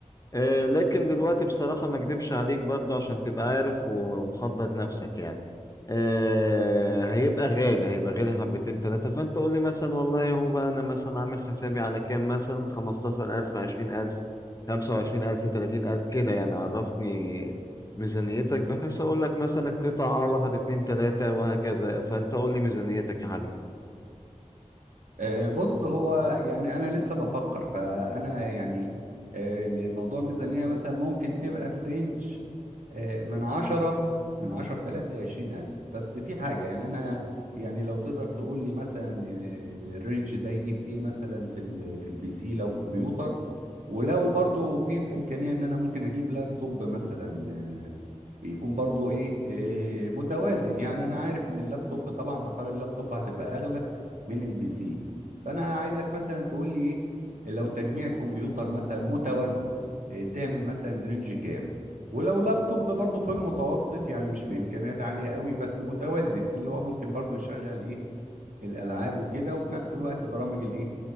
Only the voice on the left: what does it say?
آه، لكن دلوقتي بصراحة ما اكدبش عليك برضو عشان تبقى عارف ومحضر نفسك يعني آه، هيبقى غالي هيبقى غالي حبتين تلاتة فانت قول لي مثلا والله يا هو بقى انا مثلا عامل حسابي على كام مثلا خمستاشر الف عشرين الف خمسة وعشرين الف تلاتين الف كده يعني عرفني ميزانيتك بحيث اقول لك مثلا القطعة اه واحد اتنين تلاتة وهكذا فانت قول لي ميزانيتك يا حبيبي